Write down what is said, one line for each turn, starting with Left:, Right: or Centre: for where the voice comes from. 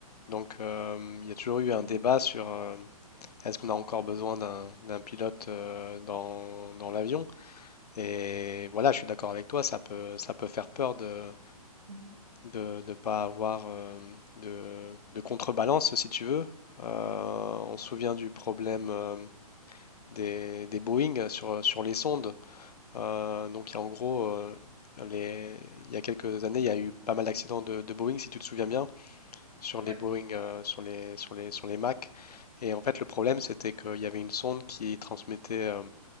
Left: Donc, euh, il y a toujours eu
Right: Mhm.
Left: un débat sur euh, est-ce qu'on a encore besoin d'un d'un pilote euh, dans, dans l'avion? Et voilà, je suis d'accord avec toi, ça peut, ça peut faire peur de
Right: Mhm.
Left: de ne pas avoir euh, de, de contrebalance, si tu veux. Euh, on se souvient du problème euh, des, des Boeing sur, sur les sondes. Euh, donc, il y a en gros, euh, les, il y a quelques années, il y a eu pas mal d'accidents de, de Boeing, si tu te souviens bien, sur les
Right: Ouais,
Left: Boeing, euh, sur les, sur les, sur les Mac. Et en fait, le problème, c'était qu'il y avait une sonde qui transmettait euh,